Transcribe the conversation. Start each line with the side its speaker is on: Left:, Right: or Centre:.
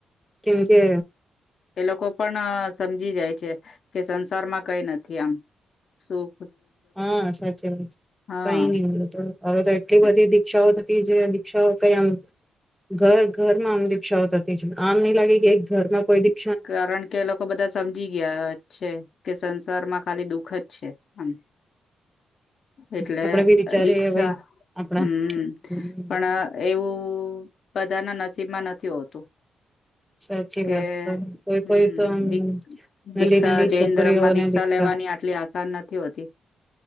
Centre: કેમ કે
Left: એ લોકો પણ સમજી જાય છે. કે સંસારમાં કઈ નથી આમ શું
Centre: હા સાચી વાત
Left: હા
Centre: કઈ નઈ હવે તો એટલી બધી
Left: એ
Centre: દીક્ષાઓ જે દીક્ષાઓ કઈ આમ ઘર ઘરમાં આમ દીક્ષાઓ થતી છે આમ નહી લાગે કે એક ઘરમાં કોઈ બી
Left: કારણ કે એ લોકો બધા સમજી ગયા છે કે સંસારમાં ખાલી દુઃખ જ છે આમ એટલે
Centre: આપણે બી વિચારીએ
Left: દીક્ષા
Centre: ભાઈ આપણા
Left: હમ
Centre: હમ
Left: પણ એવું બધા ના નસીબમાં નથી હોતું
Centre: સાચી
Left: કે
Centre: વાત તો કોઈ
Left: હમ
Centre: કોઈ તો આમ નલી
Left: દીક્ષા
Centre: નલી
Left: જૈન
Centre: છોકરીઓને
Left: ધર્મમાં દીક્ષા
Centre: દીકરા
Left: લેવાની આટલી આસાન નથી હોતી